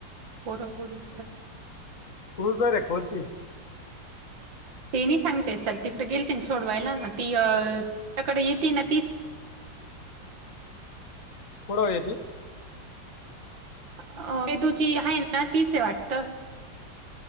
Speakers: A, on the right; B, on the left.
A: पोरपोरी
B: क्रुज रे कोणती?
A: ते नाही सांगते सर तिकडे गेलते सोडवायला ती त्याकडे येती ना तीच
B: कुडव ती?
A: अ तेदूची आहे ना तीच आहे वाटत.